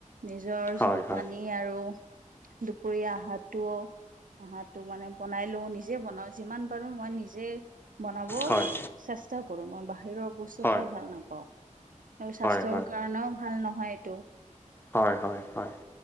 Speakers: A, on the right; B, on the left.
A: নিজৰ
B: হয়
A: জলপানী
B: হয়
A: আৰু দুপৰীয়া আহাৰটো, আহাৰটো মানে বনাই লওঁ, নিজে বনাও। যিমান পাৰো, মই নিজে বনাব
B: হয়
A: চেষ্টা কৰোঁ, মই বাহিৰৰ বস্তু
B: হয়
A: খায় ভাল নাপাওঁ। আৰু স্বাস্থ্যৰ
B: হয়
A: কাৰণেও ভাল নহয় এইটো।
B: হয় হয় হয়'।